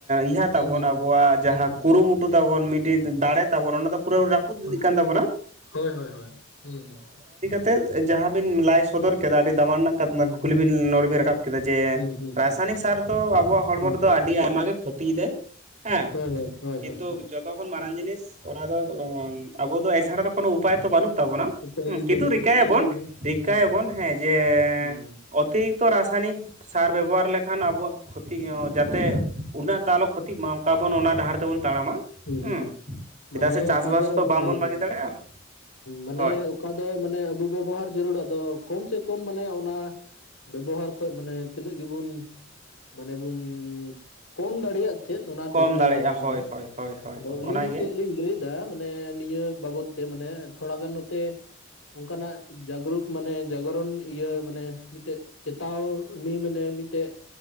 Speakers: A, on the right; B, on the left.
A: ᱤᱦᱟᱹ ᱛᱟᱵᱚᱱ
B: ᱦᱩᱸ ᱦᱩᱸ
A: ᱟᱵᱚᱣᱟᱜ ᱡᱟᱦᱟᱸ
B: ᱦᱩᱸ ᱦᱩᱸ
A: ᱠᱩᱨᱩᱢᱩᱴᱩ ᱛᱟᱵᱚᱱ ᱢᱤᱫᱴᱤᱡ ᱫᱟᱲᱮ ᱛᱟᱵᱚᱱ ᱚᱱᱟ ᱫᱚ ᱯᱩᱨᱟᱹ ᱨᱟ- ᱯᱩᱫ ᱤᱫᱤᱜ
B: ᱦᱩᱸ
A: ᱠᱟᱱ ᱛᱟᱵᱚᱱᱟ᱾
B: ᱦᱳᱭ ᱦᱳᱭ ᱦᱳᱭ ᱦᱩᱸ ᱦᱩᱸ,
A: ᱛᱮᱫ ᱡᱟᱦᱟᱸ ᱵᱤᱱ ᱞᱟᱭ ᱥᱚᱫᱚᱨ ᱠᱮᱫᱟ ᱟᱹᱰᱤ ᱫᱟᱢᱟᱱ ᱨᱮᱱᱟᱜ ᱠᱟᱛ
B: ᱦᱮᱸ
A: ᱠᱩᱠᱞᱤ
B: ᱦᱮᱸ
A: ᱵᱤᱱ ᱱᱚᱲᱵᱤᱱ ᱨᱟᱠᱟᱵ ᱠᱮᱫᱟ ᱡᱮ
B: ᱦᱩᱸ ᱦᱩᱸ
A: ᱨᱟᱥᱟᱭᱱᱤᱠ
B: ᱦᱩᱸ
A: ᱥᱟᱨ ᱫᱚ ᱟᱵᱚᱣᱟᱜ ᱦᱚᱲᱢᱚ
B: ᱦᱩᱸ
A: ᱨᱮᱫᱚ ᱟᱹᱰᱤ ᱟᱭᱢᱟ ᱜᱮ ᱠᱷᱚᱛᱤᱭ ᱫᱟᱭ᱾ ᱦᱮᱸ
B: ᱦᱳᱭ ᱦᱳᱭ ᱦᱳᱭ
A: ᱠᱤᱱᱛᱩ
B: ᱦᱳᱭ ᱦᱳᱭ
A: ᱡᱚ- ᱛᱚ ᱠᱷᱚᱱ ᱢᱟᱨᱟᱝ ᱡᱤᱱᱤᱥ ᱚᱱᱟ ᱫᱚ ᱟᱵᱚ ᱫᱚ ᱮᱪᱷᱟᱲᱟ ᱫᱚ ᱠᱳᱱᱳ ᱩᱯᱟᱹᱭ ᱛᱚ ᱵᱟᱹᱱᱩᱜ ᱛᱟᱵᱚᱱᱟ
B: ᱩᱯᱟᱹᱭ
A: ᱠᱤᱱᱛᱩ
B: ᱵᱟᱹᱱᱩᱜ
A: ᱨᱤᱠᱟᱹᱭ
B: ᱛᱮ
A: ᱟᱵᱚᱱ
B: ᱢᱟᱱᱮ
A: ᱨᱤᱠᱟᱹᱭ
B: ᱦᱩᱸ
A: ᱟᱵᱚᱱ ᱦᱮᱸ᱾ ᱡᱮ
B: ᱦᱩᱸ,
A: ᱚᱛᱤᱨᱤᱠᱛᱚ ᱨᱟᱥᱟᱭᱱᱤᱠ ᱥᱟᱨ ᱵᱮᱵᱚᱦᱟᱨ ᱞᱮᱠᱷᱟᱱ ᱟᱵᱚᱣᱟᱜ ᱠᱷᱚᱛᱤ ᱚ ᱡᱟᱛᱮ ᱩᱱᱟᱹᱜ ᱫᱟ ᱟᱞᱚ ᱠᱷᱚᱛᱤᱜ ᱢᱟ ᱚᱝᱠᱟ ᱵᱚᱱ ᱚᱱᱟ ᱰᱟᱦᱟᱨ ᱛᱮᱵᱚᱱ ᱛᱟᱲᱟᱢᱟ᱾
B: ᱦᱩᱸ
A: ᱦᱮᱸ
B: ᱦᱩᱸ
A: ᱪᱮᱫᱟᱜ
B: ᱢᱟᱱᱮ
A: ᱥᱮ ᱪᱟᱥᱵᱟᱥ
B: ᱚᱠᱟ ᱫᱚ
A: ᱛᱚ ᱵᱟᱝᱵᱚᱱ
B: ᱦᱳᱭ ᱦᱳᱭ,
A: ᱵᱟᱹᱜᱤ ᱫᱟᱲᱮᱭᱟᱜᱼᱟ
B: ᱢᱟᱱᱮ
A: ᱦᱳᱭ
B: ᱚᱠᱟ ᱫᱚ ᱢᱟᱱᱮ ᱟᱵᱩ ᱵᱮᱵᱚᱦᱟᱨ ᱡᱟᱹᱨᱩᱲ ᱟᱫᱚ ᱠᱚᱢ ᱥᱮ ᱠᱚᱢ ᱢᱟᱱᱮ ᱚᱱᱟ ᱵᱮᱵᱚᱦᱟᱨ ᱠᱷᱚᱡ ᱢᱟᱱᱮ ᱛᱤᱱᱟᱹᱜ ᱜᱮᱵᱩᱱ ᱢᱟᱱᱮ ᱵᱩᱱ ᱠᱚᱢ ᱫᱟᱲᱮᱭᱟᱜ ᱪᱮᱫ ᱚᱱᱟ
A: ᱠᱚᱢ
B: ᱴᱮᱥᱴᱟᱭ
A: ᱫᱟᱲᱮᱭᱟᱜᱼᱟ
B: ᱡᱟᱹᱨᱩᱲ
A: ᱦᱳᱭ
B: ᱵᱚᱱᱟ
A: ᱦᱳᱭ ᱦᱳᱭ ᱦᱳᱭ
B: ᱟᱫᱚ
A: ᱦᱳᱭ
B: ᱟᱹᱞᱤᱧ
A: ᱚᱱᱟᱜᱮ
B: ᱢᱤᱫᱴᱮᱡ ᱞᱤᱧ ᱞᱟᱹᱭ ᱫᱟ ᱢᱟᱱᱮ ᱱᱤᱭᱟᱹ ᱵᱟᱵᱚᱫ ᱛᱮ ᱢᱟᱱᱮ ᱛᱷᱚᱲ ᱜᱟᱱ ᱱᱚᱛᱮ ᱚᱱᱠᱟᱱᱟᱜ ᱡᱟᱜᱽᱨᱩᱠ ᱢᱟᱱᱮ ᱡᱟᱜᱚᱨᱚᱱ ᱤᱭᱟᱹ ᱢᱟᱱᱮ ᱢᱤᱫᱴᱮᱡ ᱪᱮᱛᱟᱣ ᱱᱤ ᱢᱟᱱᱮ ᱢᱤᱫᱴᱮᱡ᱾